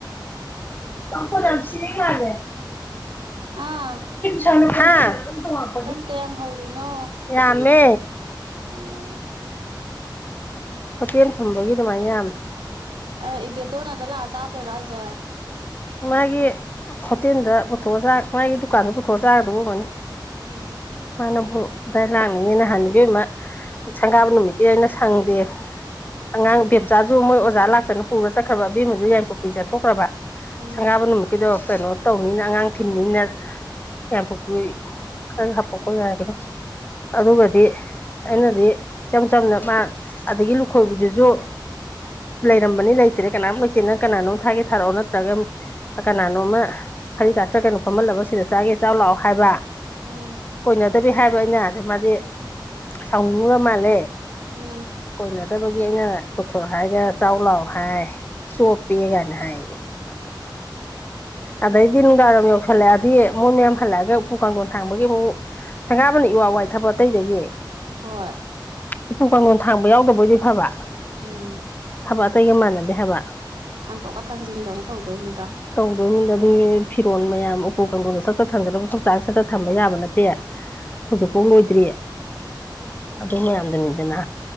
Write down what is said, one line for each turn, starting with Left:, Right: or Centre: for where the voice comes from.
Left: ꯄꯥꯈꯣꯟ ꯌꯥꯝ ꯁꯤꯅꯤꯡ ꯃꯥꯜꯂꯦ
Right: ꯑꯥ
Left: <inaudible>
Right: ꯇꯟ ꯀꯌꯥꯝ ꯍꯧꯔꯤꯅꯣ
Left: ꯌꯥꯝꯃꯦ
Right: ꯎꯝ
Left: ꯍꯣꯇꯦꯜ ꯐꯝꯕꯒꯤ ꯑꯗꯨꯃꯥꯏꯅ ꯌꯥꯝꯃꯦ
Right: ꯑ ꯏꯕꯦꯇꯣꯟ ꯑꯗ ꯂꯥꯛꯑ ꯆꯥꯗꯣꯏꯔꯣ ꯍꯥꯏꯁꯦ
Left: ꯃꯥꯒꯤ ꯍꯣꯇꯦꯜꯗ ꯄꯨꯊꯣꯛꯑ ꯆꯥ ꯃꯥꯒꯤ ꯗꯨꯀꯥꯟꯗ ꯄꯨꯊꯣꯛꯑ ꯆꯥꯒꯗꯕ ꯑꯣꯏꯔꯝꯒꯅꯤ
Right: ꯑꯣ
Left: ꯃꯥꯅꯕꯨ ꯑꯗꯥꯏ ꯂꯥꯛꯅꯤꯡꯉꯦ ꯅꯍꯥꯟ ꯏꯕꯦꯝꯃ ꯁꯪꯒꯥꯕ ꯅꯨꯃꯤꯠꯀꯤ ꯑꯩꯅ ꯁꯪꯗꯦ ꯑꯉꯥꯡ ꯕꯦꯝꯆꯥꯁꯨ ꯃꯣꯏ ꯑꯣꯖꯥ ꯂꯥꯛꯇꯅ ꯄꯨꯔ ꯆꯠꯈ꯭ꯔꯕ ꯑꯕꯦꯝꯃꯁꯨꯨ ꯌꯥꯏꯔꯤꯄꯣꯛꯄꯤ ꯆꯠꯊꯣꯛꯈ꯭ꯔꯕ
Right: ꯎꯝ
Left: ꯁꯪꯒꯥꯕ ꯅꯨꯃꯤꯠꯀꯤꯗꯣ ꯀꯩꯅꯣ ꯇꯧꯅꯤꯅ ꯑꯉꯥꯡ ꯊꯤꯟꯅꯤꯅ ꯌꯥꯏꯄꯣꯛꯄꯤ ꯈꯔ ꯍꯥꯄꯛꯈꯣ ꯌꯥꯏꯒꯤꯔꯣꯏ ꯑꯗꯨꯒꯗꯤ ꯑꯩꯅꯗꯤ ꯏꯆꯝ ꯆꯝꯅ ꯃꯥ ꯑꯗꯒꯤ ꯂꯨꯈꯣꯏꯕꯤꯗꯨꯁꯨ ꯂꯩꯔꯝꯕꯅꯤ ꯂꯩꯇ꯭ꯔꯦ ꯀꯅꯥꯝ ꯂꯩꯇ꯭ꯔꯦ ꯅꯪ ꯀꯅꯥꯅꯣꯝ ꯊꯥꯒꯦ ꯊꯥꯔꯛꯑꯣ ꯅꯠꯇ꯭ꯔꯒ ꯀꯅꯥꯅꯣꯝꯃ ꯍꯔꯤꯗꯥꯁꯔ ꯀꯩꯅꯣ ꯈꯣꯝꯍꯜꯂꯕ ꯁꯤꯗ ꯆꯥꯒꯦ ꯆꯥꯎ ꯂꯥꯛꯑꯣ ꯍꯥꯏꯕ
Right: ꯎꯝ
Left: ꯀꯣꯏꯅꯗꯕꯤ ꯍꯥꯏꯕ ꯑꯩꯅ ꯑꯗꯨ ꯃꯥꯗꯤ
Right: ꯎꯝ
Left: ꯁꯥꯎꯅꯤꯡꯉꯨꯔ ꯃꯥꯜꯂꯦ
Right: ꯎꯝ
Left: ꯀꯣꯏꯅꯗꯕꯒꯤ ꯑꯩꯅ ꯄꯨꯊꯣ ꯍꯥꯏꯒ ꯆꯥꯎ ꯂꯥꯎ ꯍꯥꯏ ꯆꯣꯞꯄꯦ ꯀꯥꯏꯅ ꯍꯥꯏꯌꯦ ꯑꯗꯩꯗꯤ ꯅꯨꯡꯗꯥꯡꯋꯥꯏꯔꯝ ꯌꯧꯁꯜꯂꯛꯑꯗꯤ ꯃꯣꯏ ꯃꯌꯥꯝ ꯍꯜꯂꯛꯑꯒ ꯎꯄꯨ ꯀꯥꯡꯊꯣꯟ ꯊꯥꯡꯕꯒꯤ ꯑꯃꯨꯛ ꯁꯪꯒꯥꯕꯅ ꯏꯋꯥ ꯋꯥꯏ ꯊꯕꯛ ꯑꯇꯩꯗꯒꯤ
Right: ꯍꯣꯏ
Left: ꯎꯄꯨ ꯀꯥꯡꯂꯣꯟ ꯊꯥꯡꯕ ꯌꯥꯎꯗꯕ ꯑꯣꯏꯗꯤ ꯐꯕ
Right: ꯎꯝ
Left: ꯊꯕꯛ ꯑꯇꯩꯒ ꯃꯥꯟꯅꯗꯦ ꯍꯥꯏꯕ
Right: ꯊꯥꯡꯇꯣꯛꯀ ꯊꯥꯡꯖꯤꯟꯒ ꯑꯃꯨꯛ ꯇꯧꯗꯣꯏꯅꯤꯗ
Left: ꯇꯧꯗꯣꯏꯅꯤꯗ ꯑꯗꯨꯒꯤ ꯐꯤꯔꯣꯟ ꯃꯌꯥꯝ ꯎꯄꯨ ꯀꯥꯡꯗꯣꯟ ꯁꯠ ꯁꯠ ꯊꯥꯡꯖꯤꯟꯂ ꯃꯐꯝ ꯆꯥꯅ ꯁꯠ ꯁꯠ ꯊꯝꯕ ꯌꯥꯕ ꯅꯠ ꯇꯦ
Right: ꯎꯝ
Left: ꯍꯧꯖꯤꯛꯐꯥꯎ ꯂꯣꯏꯗ꯭ꯔꯤ ꯑꯗꯨ ꯃꯌꯥꯝꯗꯨꯅꯤꯗꯅ